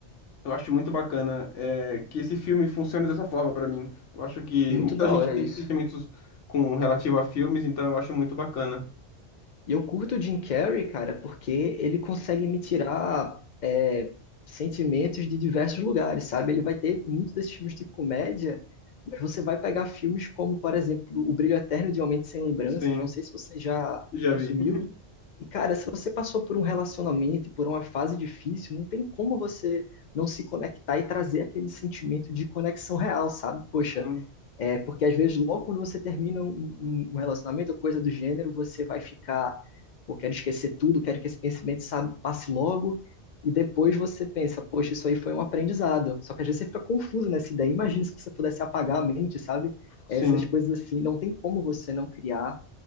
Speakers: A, on the left; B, on the left.
A: eu acho muito bacana é, que esse filme funcione dessa forma pra mim. Eu acho que
B: muito
A: muita
B: da
A: gente
B: hora
A: tem
B: isso.
A: sentimentos com relativo a filmes, então eu acho muito bacana.
B: E eu curto o Jim Carrey, cara, porque ele consegue me tirar é, sentimentos de diversos lugares, sabe? Ele vai ter muitos desses filmes de comédia, mas você vai pegar filmes como, por exemplo, O Brilho Eterno de Uma Mente Sem Lembranças,
A: Sim,
B: não sei se você já
A: já
B: consumiu.
A: vi. <laughs>
B: E, cara, se você passou por um relacionamento e por uma fase difícil, não tem como você não se conectar e trazer aquele sentimento de conexão real, sabe? Poxa,
A: Sim,
B: é, porque às vezes, logo quando você termina um, um- um relacionamento ou coisa do gênero, você vai ficar, pô, quero esquecer tudo, quero que esse pensamento sabe, passe logo, e depois você pensa, poxa, isso aí foi um aprendizado. Só que às vezes você fica confuso nessa ideia. Imagina se você pudesse apagar a mente, sabe? Essas
A: sim,
B: coisas assim, não tem como você não criar